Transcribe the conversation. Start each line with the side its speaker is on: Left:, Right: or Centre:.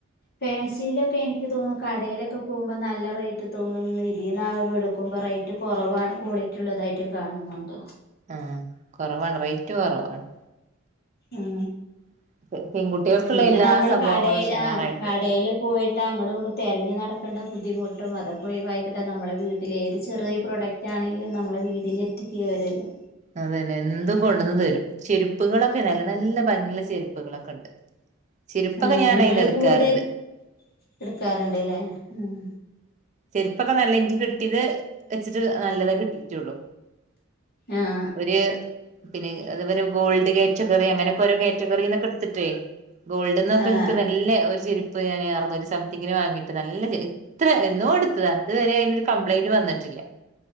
Left: പെൻസിലൊക്കെ എനിക്ക് തോന്നുന്നു കടയിലൊക്കെ പോകുമ്പോൾ നല്ല റേറ്റ് തോന്നുന്നു ഇതീന്ന് ആവുംബോഎടുക്കുമ്പോൾ റേറ്റും കുറവാണ് ക്വാളിറ്റി ഉള്ളതായിട്ട് കാണുന്നുണ്ട്.
Right: ആ കൊറവാണ് റേറ്റ് കൊറവാണ്.
Left: ഉം
Right: <unintelligible>
Left: പിന്നെ
Right: എല്ലാ
Left: നമ്മൾ
Right: സംഭവങ്ങളും
Left: കടേല്
Right: ഉഷാറായിട്ടുണ്ട്
Left: ആ കടേല് പോയിട്ട് അങ്ങോടും ഇങ്ങടും തെരഞ്ഞ് നട ക്കണ്ട ബുദ്ധിമുട്ടും അതൊക്കെ ഒയിവാഴ്കിട്ടും നമ്മുടെ വീട്ടിൽ ഏത് ചെറിയ പ്രഡക്റ്റ് ആണെങ്കിലും നമ്മളെ വീട്ടില് എത്തി വരുവല്ലോ
Right: അതന്നെ എന്തും കൊണ്ടുവന്ന് തരും ചെരുപ്പുകളൊക്കെ നല്ല നല്ല ഭംഗിയുള്ള ചെരുപ്പുകളൊക്കെ ഉണ്ട്. ചെരുപ്പൊക്കെ
Left: ആ
Right: ഞാൻ
Left: നിങ്ങള്
Right: അയിന്ന് എടുക്കാറുണ്ട്
Left: കൂടുതൽ എടുക്കാറുണ്ട്ല്ലേ ഉം.
Right: ചെരുപ്പൊക്കെ നല്ല എനിക്ക് കിട്ടിയത് വെച്ചിട്ട് നല്ലതേ കിട്ടിട്ടള്ളു.
Left: ആഹ്
Right: ഒര് പിന്നെ അതെപോലെ ഗോൾഡ് കാറ്റഗറി അങ്ങനെയൊക്കെ ഓരോ കാറ്റഗറിന്നൊക്കെടുത്തിട്ടേ.. ഗോൾഡ്ന്നൊക്കെ
Left: ആഹ്
Right: എനിക്ക്
Left: ആഹ് ആഹ്
Right: നല്ല ഒരു ചെരുപ്പ് ഞൻ അർന്നൂറ്റി സംതിങ്ങിന് വാങ്ങിയിട്ട് നല്ല ഇത്ര. എന്നോ എടുത്തതാ ഇതുവരെഅതിനൊരു കംപ്ലയിന്റ് വന്നിട്ടില്ല.